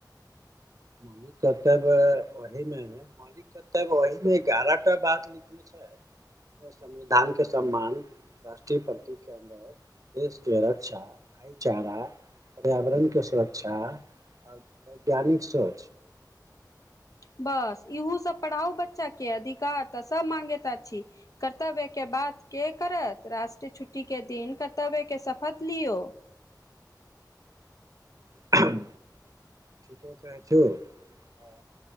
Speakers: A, on the right; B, on the left.
A: मौलिक कर्तव्य ओही में मौलिक कर्तव्य ओहि में, एगारह टा बात लिखने छै। संविधान के सम्मान राष्ट्रीय प्रति के अन्दर देश के रक्षा, भाईचारा, पर्यावरण के सुरक्षा। आ वैज्ञानिक सऽ
B: बस इहु सब पढ़ाऊ बच्चा के, अधिकार तऽ सब मांगेत आछी। कर्तव्य के बात के करत राष्ट्रीय छुट्टी के दिन कर्तव्य के शपथ लियौ।
A: हां। ठीके कहै छो हां